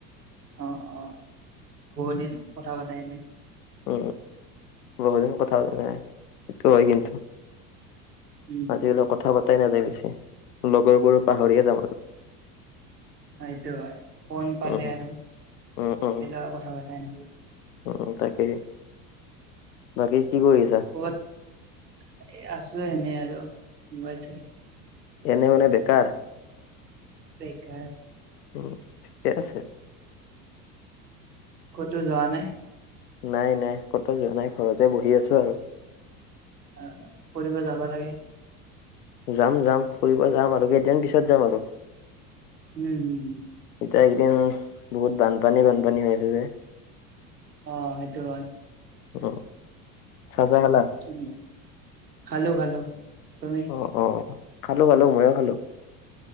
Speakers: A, on the right (about 85°); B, on the left (about 70°).
A: অ'-অ' বহু দিন কথা পতাই নাই।
B: উ উ বহু দিন কথা পাতা নাই, সেইটো হয় কিন্তু।
A: উম
B: আজিকালি কথা পতাই নাযায় বেছি, লগৰবোৰো পাহৰিয়ে যাম আৰু।
A: অ সেইটো হয় ফোন পালে
B: উম
A: আৰু একে-লগে
B: উম উম
A: কথা পাতাই নহয়
B: উম' তাকে। বাকী কি কৰি আছা
A: কবাত আছোঁ এ আছো এনে আৰু মোবাইল চাই।
B: এনে মানে বেকাৰ।
A: বেকাৰ।
B: উম' ঠিকে আছে।
A: কটো যৱা নাই।
B: নাই-নাই কটো যোৱা নাই ঘৰতে বহি আছো আৰু
A: অ অ' ফৰিব যাব লাগে।
B: যাম-যাম ফুৰিব যাম আৰু কেইদিন পিছত যাম আৰু।
A: উম' হুম-হুম।
B: এতিয়া একে দিন বহুত বানপানী-বানপানী হৈ আছে যে।
A: অ সেইটো হয়।
B: অ চাজা খালা।
A: উ খালো-খালো তুমি।
B: অ' অ' খালো-খালো ময়ো খালো।